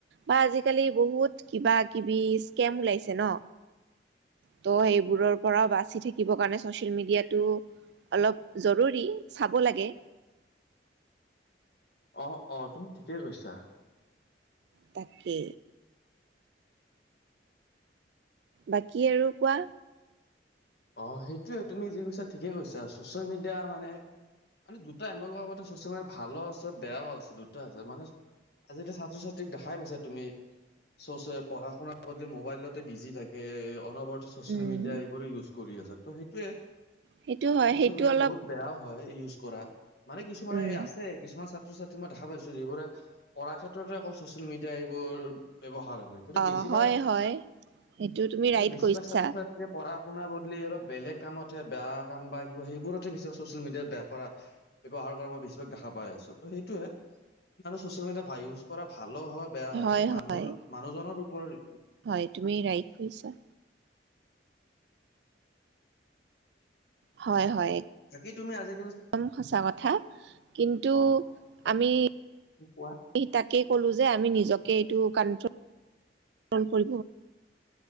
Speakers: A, on the right (about 65°); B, on the left (about 60°).
A: বা আজিকালি বহুত কিবা কিবি স্কেম ওলাইছে ন ত সেইবোৰৰ পৰা বাছি থাকিব কাৰণে ছচিয়েল মিডিয়াটো অলপ জৰুৰি চাব লাগে।
B: অ অ তুমি ঠিকেই কৈছা?
A: তাকে বাকী আৰু কোৱা?
B: অ সেইটোয়ে তুমি যি কৈছা ঠিকে কৈছা চচিয়েল মিডিয়া মানে মানে দুটাই এমক আগতে চচিয়েল মিডিয়া ভালো আছে বেয়াও আছে দুটাই আছে মানে আজিকালি ছাত্ৰ ছাত্ৰীক দেখাই পাইছা তুমি চ পঢ়া শুনাৰ বদলি মোবাইলতে বিজি থাকে অনবৰ। ছচিয়েল
A: উম
B: মিডিয়া এইবোৰে ইউজ। কৰি আছে ত সেইটোয়ে?
A: সেইটো হয়
B: ছচিয়েল
A: সেইটো
B: মিডিয়া
A: অলপ।
B: বহুত বেয়াও হয় ইউজ কৰা। মানে কিছুমানে
A: উম
B: আছে কিছুমান ছ। ছাত্ৰ ছাত্ৰী মই দেখা পাইছো যিবোৰে পঢ়া ক্ষেত্ৰতে অকল ছচিয়েল মিডিয়া এইবোৰ ব্যৱহাৰ। হয় হয় কিন্তু
A: অ
B: বেছিভাগ
A: হয় হয় সেইটো তুমি
B: কিন্তু
A: ৰাইট
B: বেছিভাগ
A: কৈছা
B: ছাত্ৰ ছাত্ৰীয়ে পঢ়া। শুনা বহুত অলপ বেলেগ কামত হে বেয়া কাম বা কিবা সেইবোৰতে বেছ চচিয়েল মিডিয়াত বেয়া কৰা ব্যৱহাৰ কৰা মই বেছি ভাগ দেখা পাই আছো ত সেইটোয়ে মানে চচিয়েল মিডিয়াত ভাল ইউজ কৰা ভাল। হল হয় বেয়া হয়টো
A: হয়
B: মানুহৰ
A: হয়
B: মানুহজনৰ। পৰলি।
A: হয় তুমি ৰাইট কৈছা? হয় হয়
B: জাকি তুমি আজি।
A: একদম সঁচা কথা কিন্তু
B: অ
A: আমি।
B: কোৱা
A: স তাকেই কলো যে আমি নিজকে। টো কণ্ট্ৰল। প